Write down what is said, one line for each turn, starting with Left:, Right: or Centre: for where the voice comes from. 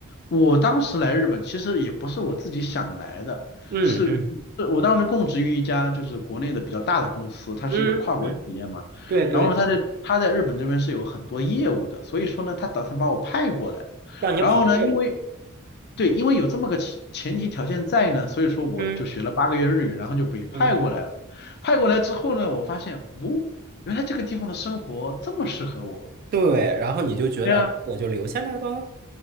Left: 我当时来日本，其实也不是我自己想来的，
Right: 嗯嗯
Left: 是是我当时供职于一家就是国内的比较大的公司，它是一个跨国企业嘛。
Right: 嗯嗯，对对对，
Left: 然后呢，他在他在日本这边是有很多业务的，所以说呢，他打算把我派过来。
Right: 让你跑业务。
Left: 然后呢，因为对，因为有这么个前前提条件在呢，所以说我就学了八个月日语，
Right: 嗯
Left: 然后就被派过来了。
Right: 嗯，
Left: 派过来之后呢，我发现，哦，原来这个地方的生活这么适合我。
Right: 对，然后你就觉得我就留下来吧。
Left: 对啊，